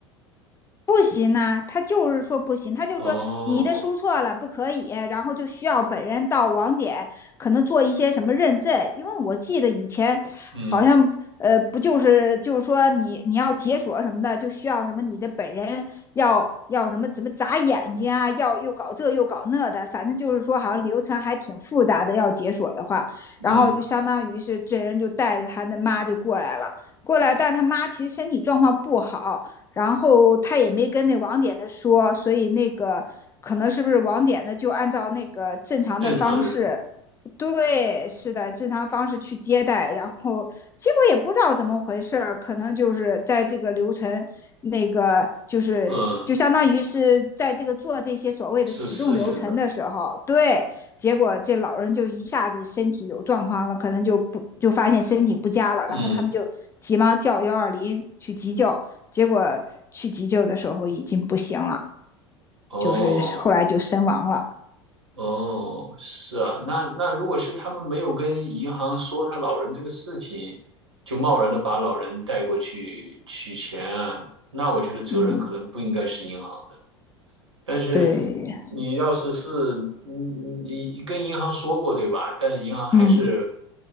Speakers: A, on the left; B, on the right.
A: 不行呐、他就是说不行，他就说你的输错了，
B: 哦，
A: 不可以，然后就需要本人到网点，可能做一些什么认证，因为我记得以前好像呃，
B: 嗯
A: 不就是就是说你你要解锁什么的，就需要什么你的本人要要什么怎么眨眼睛啊，要又搞这又搞那的，反正就是说好像流程还挺复杂的，要解锁的话，
B: 嗯，
A: 然后就相当于是这人就带着他的妈就过来了，过来，但他妈其实身体状况不好。然后他也没跟那网点的说，所以那个可能是不是网点的就按照那个正常的方式，
B: 正常人，
A: 对，是的，正常方式去接待，然后结果也不知道怎么回事儿，可能就是在这个流程那个就是就相当于是在这个做这些所谓的启动流程的时候，
B: 嗯，是事情了没有？
A: 对，结果这老人就一下子身体有状况了，可能就不就发现身体不佳了，
B: 嗯，
A: 然后他们就急忙叫幺二零去急救，结果去急救的时候已经不行了，
B: 哦。
A: 就是后来就身亡了。
B: 哦，是啊，那那如果是他们没有跟银行说他老人这个事情，就贸然的把老人带过去取钱啊，那我觉得责任可能不应该是银行的。
A: 嗯，
B: 但是
A: 对，
B: 你要是是你你跟银行说过对吧？但是银行还是
A: 嗯